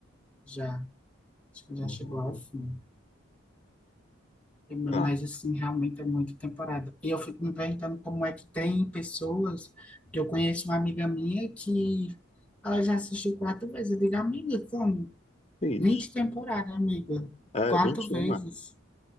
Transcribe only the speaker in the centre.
Já, acho que já
chegou ao fim. É, Mas,
assim, realmente é muita temporada. E eu fico me perguntando como é que tem pessoas, que eu conheço uma amiga minha que ela já assistiu quatro vezes. Eu digo, amiga, como?
vinte temporadas, amiga.
Quatro
vezes.